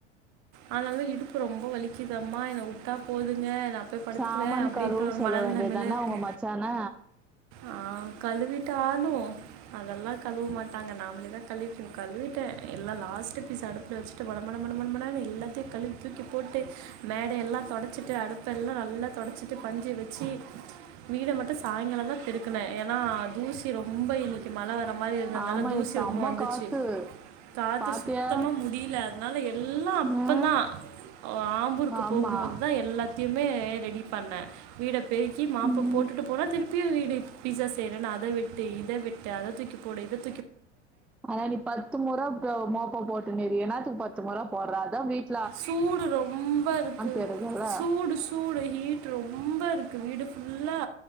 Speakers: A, on the right; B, in the centre.
A: அத்னாலதா இடுப்பு ரொம்ப வலிக்குதம்மா என்ன உட்டா போதுங்க நா போய் படுத்துக்குற
B: சாமான்
A: அப்டின்ற
B: கழுவ
A: ஒரு
B: சொல்ல
A: மனநிலமேல
B: வேண்டியதான
A: இருக்க
B: உங்க மச்சான
A: ஆ கழுவி ட்டாலு அதெல்லா கழுவ மாட்டாங்க நாம்ளே தா கழுவி கழுவிட்டே எல்லா லாஸ்ட்டு பீஸ் அடுப்ல வெச்சிட்டு மட மட மட மன மடன்னு எல்லாத்தியு கழுவி தூக்கிப் போட்டு மேடையெல்லா தொடச்சிட்டு அடுப்பெல்லா நல்லா தொடச்சிட்டு பஞ்சு வெச்சி வீட மட்டு சாய்ங்காலந்தா பெருக்குன ஏனா தி ரொம்ப இன்னக்கி மழ வர மாரி இருந்தத்னால
B: ஆமா
A: தூசி
B: இன்னைக்கு செம்ம
A: ரொம்போ வந்துச்சி
B: காத்து
A: காத்து
B: பாத்தியா
A: சுத்தமாக முடில அத்னால எல்லா அப்ப
B: ஆ
A: தா ஆம்பூருக்கு
B: ஆமா
A: போகும் போது தா எல்லாத்தியுமே ரெடி பண்ண வீடப் பெருக்கி மாப்ப
B: ம்
A: போட்டுட்டு போனா திருப் பியு வீடு இப்பீட்சா செய்றன் அ த வெட்டு இத வெட்டு அத தூக்கிப் போடு இதத்
B: ஆனா நீ பத்து முற த மோப்ப போட்டுன்றியே எனா பத்து முற போட்ற அதா வீட்
A: சூடு ரொம்ப இருக்கு
B: தெரியுதுல்ல
A: சூடு சூடு ஹீட் ரொம்ப இருக் க்கு வீடு ஃபுல்லா